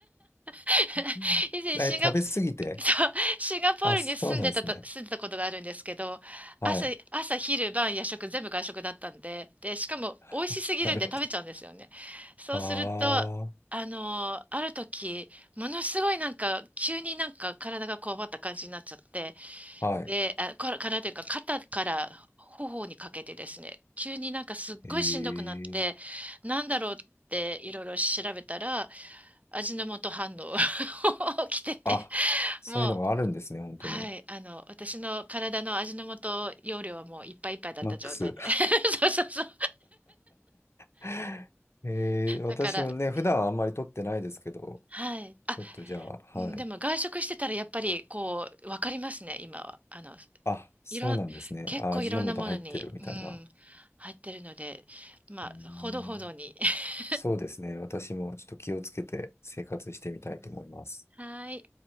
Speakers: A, on the right; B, on the left.
A: <laughs>
B: うんえ、
A: 以前シンガ
B: 食べ過ぎて
A: そう、シンガポールに住んでたと、
B: あ、そうなんですね。
A: 住んでたことがあるんですけど、
B: はい。
A: 朝、朝、昼、晩、夜食、全部外食だったんで、で、しかも美味しすぎるんで食べちゃうんですよね。
B: <laughs> なるほど。
A: そうすると、
B: あ
A: あのー、ある時、ものすごいなんか、急になんか体がこわばった感じになっちゃって、
B: あ、はい。
A: で、あ、こ体というか、肩から頬にかけてですね、急になんかすっごいしんどくなって、
B: ええ。
A: なんだろうっていろいろ調べたら、味の素反応 <laughs> 起きてて、
B: あ、そういうのがあるんですね、
A: もう、
B: 本当に。
A: はい、あの、私の体の味の素容量はもういっぱいいっぱいだった状態で。
B: マックス。
A: <laughs> そうそうそう。
B: <laughs> ええ、私もね、
A: だから、
B: 普段はあんまり取ってないですけど、
A: うんはい。あ、
B: ちょっとじゃあ、
A: うん、
B: はい。
A: でも外食してたらやっぱりこう、わかりますね、今は。あの、
B: あ、そうなんですね。
A: いろん、結構いろんなものに、
B: あ、味の素入ってるみたいな。
A: うん、入ってるので、まあ、
B: うーん
A: ほどほどに。<laughs>
B: そうですね。私もちょっと気をつけて生活してみたいと思います。
A: はい。